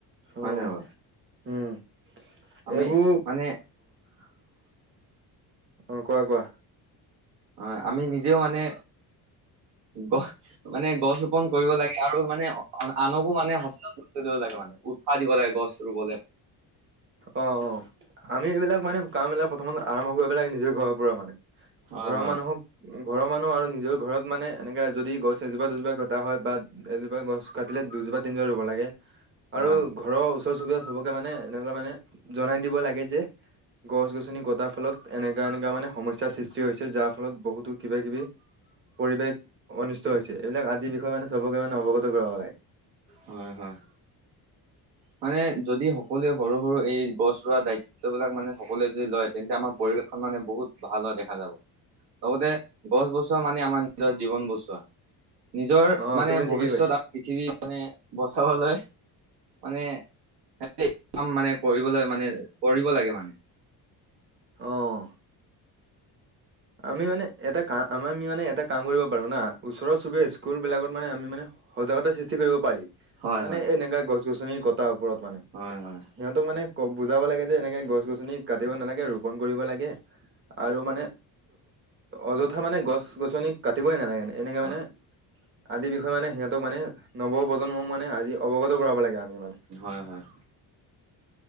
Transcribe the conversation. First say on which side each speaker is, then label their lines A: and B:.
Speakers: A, on the right (about 70°); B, on the right (about 30°).
A: হয়
B: অ
A: নাই বাৰু।
B: উম এইবোৰ
A: আমি মানে <unintelligible>
B: অহ, কোৱা-কোৱা।
A: হয়, আমি নিজেও মানে গ মানে গছ ৰোপন কৰিব লাগে আৰু মানে আনকো মানে সচে কৰিব লাগে মানে উৎসাহ দিব লাগে গছ ৰুবলে।
B: অ', অ' আমি এইবিলাক মানে কামবিলাক প্ৰথম আৰম্ভ কৰিব লাগে নিজৰ ঘৰৰ পৰা মানে।
A: হয়
B: ঘৰৰ
A: হয়
B: মানুহক ঘৰৰ মানুহ আৰু নিজৰ ঘৰত মানে এনেকা যদি গছ এজোপা-দুজোপা ঘটা হয় বা এজোপা গছ কাটিলে দুজোপা তিনজোপা ৰুব লাগে। আৰু
A: হয়
B: ঘৰৰ ওচৰ চুবুৰীয়া চবকে মানে এনেকুৱা মানে জনাই দিব লাগে যে গছ-গছনি কটাৰ ফলত এনেকা-এনেকা মানে সমস্যাৰ সৃষ্টি সৃষ্টি হৈছে যাৰ ফলত বহুতো কিবা-কিবি পৰিৱেশ অনিষ্ট হৈছে এইবিলাক আদি বিষয়ে মানে চবকে মানে অৱগত কৰাব লাগে।
A: হয়, হয়। মানে যদি সকলোৱে সৰু-সৰু এই গছ ৰোৱা দায়িত্ব বিলাক মানে সকলোৱে যদি লয়, তেন্তে আমাৰ পৰিৱেশখন মানে বহুত ভাল হোৱা দেখা যাব। লগতে গছ বছোৱা মানে, আমাৰ নিজৰ জীৱন বছোৱা। নিজৰ
B: অ
A: মানে
B: তুমি ঠিকে
A: ভৱিষ্যত
B: কৈছা
A: আৰু পৃথিৱী মানে বচাবলৈ মানে কাম মানে, কৰিবলৈ মানে কৰিব লাগে মানে।
B: অহ। আমি মানে, এটা কাম আমি মানে, এটা কাম কৰিব পাৰো না, ওচৰৰ চুবুৰীয়া স্কুলবিলাকত মানে আমি মানে সজাগতা সৃষ্টি কৰিব পাৰি,
A: হয়
B: মানে
A: হয়
B: এনেকা গছ-গছনি কটাৰ ওপৰত মানে।
A: হয়, হয়।
B: সিহঁতক মানে বুজাব লাগে যে এনেকে গছ-গছনি কাটিব নালাগে ৰোপন কৰিব লাগে। আৰু মানে অযথা মানে গছ-গছনি কাটিবই নালাগে। এনেকা
A: হয়
B: মানে আদি বিষয়ে মানে সিহঁতক মানে নৱপ্ৰজন্ম মানে আজি অৱগত কৰাব লাগে আমি মানে।
A: হয়, হয়।